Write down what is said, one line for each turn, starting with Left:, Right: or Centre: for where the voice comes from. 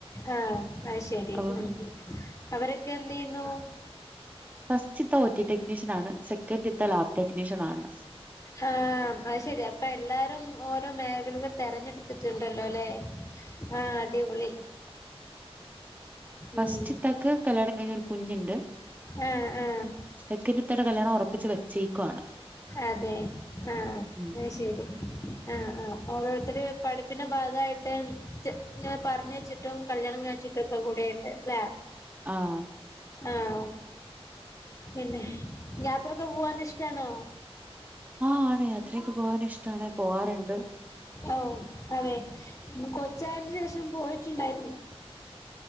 Left: ആഹ് അത് ശരി
Right: അപ്പം
Left: ഉം അവരൊക്കെ എന്ത് ചെയ്യുന്നു?
Right: ഫസ്റ്റ് ത്തെ ഒ ടി ടെക്‌നീഷ്യൻ ആണ് സെക്കൻഡ്ത്തത് ലാബ് ടെക്നീഷൻ ആണ്
Left: ആഹ് അത് ശരി അപ്പൊ എല്ലാരും ഓരോ മേഖലകൾ തെരഞ്ഞെടുത്തിട്ടുണ്ടല്ലോ ലേ? ആഹ് അടിപൊളി
Right: ഫസ്റ്റ്
Left: ഉം
Right: ഇതാക്ക് കല്യാണം കഴിഞ്ഞ ഒരു കുഞ്ഞുണ്ട്
Left: ആഹ് ആഹ്
Right: സെക്കന്റ്‌ത്തയുടെ കല്യാണം ഉറപ്പിച്ച് വെച്ചേക്കുവാണ്
Left: അതെ ആഹ്
Right: ഉം
Left: ശെരി ആഹ് ആഹ് ഓരോര്ത്തര് പഠിപ്പിന്റെ ഭാഗായിട്ട് ചെ ഇങ്ങനെ പറ ഞ്ഞെച്ച് ച്ചിട്ടും കല്ല്യാണം കഴ്ച്ചിട്ട് ഒക്ക കൂടേയിട്ട് അല്ലേ
Right: ആഹ്
Left: ആഹ് പിന്നെ യാത്രൊക്കെ പോവാന് ഇഷ്ടാണോ?
Right: ആഹ് ആണ് യാത്രയൊക്കെ പോവാന് ഇഷ്ടാണ് പോവാറ്ണ്ട്.
Left: ഓഹ്, അതെ കൊച്ചായന് ശേഷം പോയിട്ടുണ്ടായിര്ന്നോ?